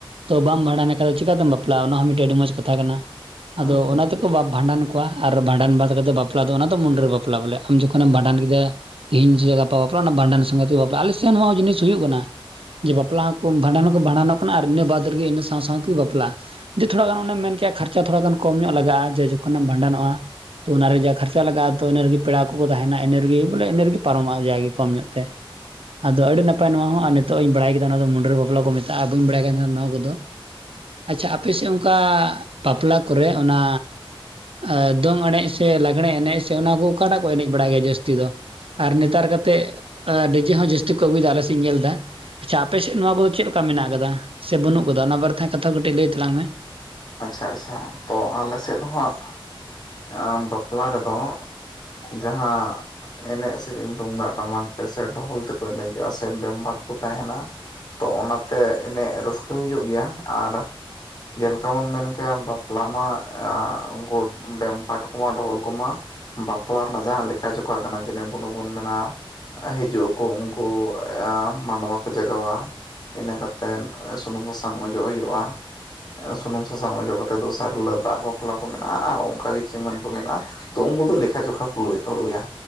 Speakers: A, on the right; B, on the left.
A: ᱛᱚ ᱵᱟᱢ ᱵᱷᱟᱸᱰᱟᱱᱮ ᱠᱷᱟᱱ ᱫᱚ ᱪᱤᱠᱟᱛᱮᱢ ᱵᱟᱯᱞᱟᱜ-ᱟ ᱚᱱᱟ ᱦᱚᱸ ᱢᱤᱫᱴᱮᱱ ᱟᱹᱰᱤ ᱢᱚᱸᱡᱽ ᱠᱟᱛᱷᱟ ᱠᱟᱱᱟ,
B: ᱫᱚ
A: ᱟᱫᱚ ᱚᱱᱟᱛᱮ ᱵᱷᱟᱸᱰᱟᱱ ᱠᱚᱣᱟ ᱟᱨ ᱵᱷᱟᱸᱰᱟᱱ ᱵᱟᱫ ᱠᱟᱛᱮᱫ ᱵᱟᱯᱞᱟ ᱫᱚ ᱚᱱᱟ ᱫᱚ ᱢᱩᱱᱰᱨᱟᱹ ᱵᱟᱯᱞᱟ ᱵᱚᱞᱮ, ᱟᱢ ᱡᱚᱠᱷᱚᱱᱮᱢ ᱵᱷᱟᱰᱟᱱ ᱠᱮᱫᱮᱭᱟ ᱛᱤᱦᱤᱧ ᱡᱮ ᱜᱟᱯᱟ ᱵᱟᱯᱞᱟ ᱚᱱᱟ ᱵᱷᱟᱸᱰᱟᱱ ᱥᱚᱸᱜᱮ ᱛᱮ ᱵᱟᱯᱞᱟ ᱟᱞᱮᱥᱮᱫ ᱱᱚᱣᱟ ᱡᱤᱱᱤᱥ ᱦᱩᱭᱩᱜ ᱠᱟᱱᱟ᱾ ᱡᱮ ᱵᱟᱯᱞᱟ ᱦᱚᱸ ᱠᱚ ᱵᱷᱟᱱᱰᱟᱱ ᱦᱚᱸ ᱠᱚ ᱵᱷᱟᱱᱰᱟᱱᱚᱜ ᱟᱨ ᱤᱱᱟᱹ ᱵᱟᱫᱽ ᱨᱮ ᱤᱱᱟᱹ ᱥᱟᱶ-ᱥᱟᱶ ᱛᱮᱜᱮ ᱵᱟᱯᱞᱟᱜ-ᱟ, ᱡᱮ ᱛᱷᱚᱲᱟ ᱜᱟᱱ ᱚᱱᱮ ᱢᱮᱱ ᱠᱮᱭᱟ ᱠᱷᱚᱨᱪᱟ ᱛᱷᱚᱲᱟ ᱜᱟᱱ ᱠᱚᱢ ᱧᱚᱜ ᱞᱟᱜᱟᱜ-ᱟ᱾ ᱡᱮ ᱡᱚᱠᱷᱚᱱᱮᱢ ᱵᱷᱟᱸᱰᱟᱱᱚᱜ-ᱟ ᱛᱚ ᱚᱱᱟᱨᱮ ᱡᱟ ᱠᱷᱚᱨᱪᱟ ᱞᱟᱜᱟᱜ-ᱟ, ᱛᱚ ᱤᱱᱟ ᱨᱮᱜᱮ ᱯᱮᱲᱟ ᱠᱚᱠᱚ ᱛᱟᱸᱦᱮᱱᱟ ᱤᱱᱟᱹ ᱨᱮᱜᱮ ᱵᱚᱞᱮ ᱤᱱᱟᱹ ᱨᱮᱜᱮ ᱯᱟᱨᱚᱢᱚᱜ-ᱟ ᱡᱟᱭ ᱜᱮ ᱠᱚᱢ ᱧᱚᱜ ᱛᱮ, ᱟᱫᱚ ᱟᱹᱰᱤ ᱱᱟᱯᱟᱭ ᱱᱚᱣᱟ ᱦᱚᱸ ᱟ ᱱᱤᱛᱚᱜ ᱤᱧ ᱵᱟᱲᱟᱭ ᱠᱮᱫᱟ ᱱᱚᱣᱟ ᱢᱩᱰᱟᱨᱟᱹ ᱵᱟᱯᱞᱟ ᱠᱚ ᱢᱮᱟᱜ-ᱟ ᱵᱟᱹᱧ ᱵᱟᱰᱟᱭ ᱠᱟᱱ ᱱᱚᱣᱟ ᱠᱚᱫᱚ, ᱟᱪᱷᱟ ᱟᱯᱮ ᱥᱮᱫ ᱦᱚᱸ ᱚᱠᱟ ᱵᱟᱯᱞᱟ ᱠᱚᱨᱮ ᱚᱱᱟ ᱟ ᱫᱚᱝ ᱮᱱᱮᱡ ᱥᱮ ᱞᱟᱜᱽᱲᱮ ᱮᱱᱮᱡ ᱥᱮ ᱚᱱᱟ ᱠᱚ ᱚᱠᱟᱴᱟᱜ ᱠᱚ ᱮᱱᱮᱡ ᱵᱟᱲᱟᱭ ᱜᱮᱭᱟ ᱡᱟᱹᱥᱛᱤ ᱫᱚ? ᱟᱨ ᱱᱮᱛᱟᱨ ᱠᱟᱛᱮᱫ ᱰᱤᱡᱮ ᱦᱚᱸ ᱡᱟᱹᱥᱛᱤ ᱠᱚ ᱟᱹᱜᱩᱭᱮᱫᱟ, ᱟᱞᱮᱥᱮᱫ ᱤᱧ ᱧᱮᱞ ᱫᱟ᱾ ᱟᱪᱷᱟ ᱟᱯᱮ ᱥᱮᱫ ᱱᱚᱣᱟ ᱠᱚᱫᱚ ᱪᱮᱫ ᱞᱮᱠᱟ ᱢᱮᱱᱟᱜ ᱠᱟᱫᱟ? ᱥᱮ ᱵᱟᱹᱱᱩᱜ ᱠᱟᱫᱟ ᱚᱱᱟ ᱵᱟᱨᱮᱛᱮ ᱠᱟᱛᱷᱟ ᱠᱟᱹᱴᱤᱡ ᱞᱟᱹᱭ ᱛᱟᱞᱟᱝ ᱢᱮ᱾
B: ᱟᱪᱷᱟ ᱟᱪᱷᱟ ᱛᱚ ᱟᱞᱮ ᱥᱮᱫ ᱦᱚᱸ ᱵᱟᱯᱞᱟ ᱟᱸ ᱨᱮᱫᱚ ᱡᱟᱦᱟᱸ ᱮᱱᱮᱡ ᱥᱮᱨᱮᱧ ᱛᱩᱢᱫᱟᱜ ᱴᱟᱢᱟᱠ ᱛᱮ ᱥᱮ ᱰᱷᱚᱞ ᱛᱮᱠᱚ ᱮᱱᱮᱡᱚᱜ-ᱟ ᱥᱮ ᱵᱮᱢᱵᱟᱴ ᱠᱚ ᱛᱟᱸᱦᱮᱱᱟ, ᱛᱚ ᱚᱱᱟᱛᱮ ᱮᱱᱮᱡ ᱨᱟᱹᱥᱠᱟᱹ ᱦᱩᱭᱩᱜ ᱜᱮᱭᱟ, ᱟᱨ ᱛᱚᱵᱚᱱ ᱢᱮᱱ ᱠᱮᱭᱟ ᱵᱟᱯᱞᱟ ᱢᱟ ᱟᱜ ᱩᱱᱠᱩ ᱵᱮᱢᱵᱟᱴ ᱠᱚᱢᱟ ᱰᱷᱳᱞ ᱠᱚᱢᱟ ᱵᱟᱯᱞᱟ ᱨᱮᱱᱟᱜ ᱡᱟᱦᱟᱸ ᱞᱮᱠᱟ ᱡᱚᱠᱷᱟ ᱠᱟᱱᱟ ᱡᱮᱱᱮ ᱵᱩᱱᱩ ᱵᱚᱱ ᱢᱮᱱᱟ, ᱦᱤᱡᱩᱜ ᱟᱠᱩ ᱩᱱᱠᱩ ᱟᱸ ᱢᱟᱰᱣᱟ ᱠᱚ ᱡᱟᱜᱟᱣᱟ᱾ ᱤᱱᱟᱹ ᱠᱟᱛᱮᱱ ᱥᱩᱱᱩᱢ ᱥᱟᱥᱟᱝ ᱚᱡᱚᱜ ᱦᱩᱭᱩᱜ-ᱟ᱾ ᱥᱩᱱᱩᱢ ᱥᱟᱥᱟᱝ ᱚᱡᱚᱜ ᱠᱟᱛᱮᱫ ᱫᱚᱥᱟᱨ ᱦᱤᱞᱚᱜ ᱫᱟᱜ ᱵᱟᱯᱞᱟ ᱠᱚ ᱢᱮᱱᱟᱜ-ᱟ ᱟᱨ ᱚᱱᱠᱟᱜᱮ ᱪᱤᱢᱟᱹᱱ ᱠᱚ ᱢᱮᱱᱟᱜ-ᱟ᱾ ᱛᱚ ᱩᱱᱠᱩ ᱫᱚ ᱞᱮᱠᱷᱟ ᱡᱚᱠᱷᱟ ᱠᱚ ᱞᱩ ᱨᱩᱭᱟ᱾